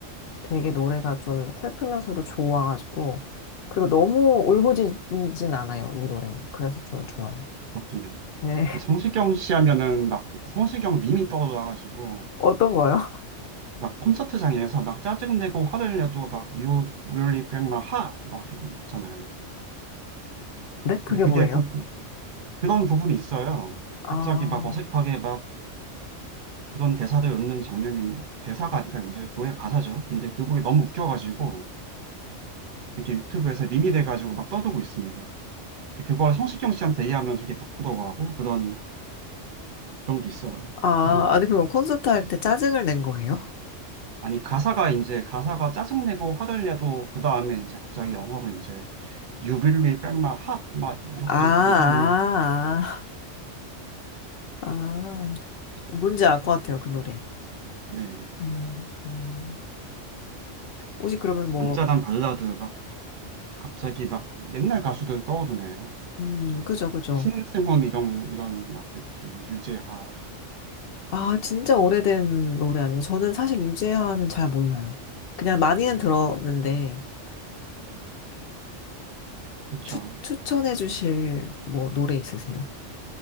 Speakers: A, on the left; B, on the right.
A: 되게 노래가 좀 슬프면서도 좋아가지고 그리고 너무 울부짖진 않아요 이 노래 그래서 좀 좋아요
B: 그렇군요.
A: 네 <laughs>
B: 성시경 씨 하면은 막 성시경 밈이 떠올라가지고
A: 어떤 거요?
B: 막 콘서트장에서 막 짜증내고 화를 내도 막 You really break my heart 막 이거 있잖아요.
A: 네 그게
B: 근데 그게
A: 뭐예요?
B: 부, 그, 그런 부분이 있어요.
A: 아,
B: 갑자기 막 어색하게 막 그런 대사들 읊는 장면인 대사가 아니라 이제 노래 가사죠. 근데 그분이 너무 웃겨가지고 그게 유튜브에서 밈이 돼가지고 막 떠들고 있습니다. 근데 그걸 성시경 씨한테 얘기하면 되게 부끄러워하고 그런 그런 게 있어요.
A: 아
B: 어.
A: 아니 그럼 콘서트 할 때 짜증을 낸 거예요?
B: 아니 가사가 이제 가사가 짜증내고 화를 내도 그 다음에 이제 갑자기 영어로 이제 You really break my heart 막 이렇게
A: 아,
B: 얘기하는
A: 아, 아, 아. 뭔지 알 것 같아요 그 노래
B: 네
A: 음, 음. 혹시 그러면 뭐
B: 잔잔한 발라드 막 갑자기 막 옛날 가수들 떠오르네요.
A: 음 그죠 그죠
B: 신승훈 이런 이런 막 느낌 유재하
A: 아 진짜 오래된 노래 아니에요 저는 사실 유재하는 잘 몰라요 그냥 많이는
B: 네,
A: 들었는데
B: 그렇죠.
A: 추, 추천해 주실 뭐 노래 있으세요?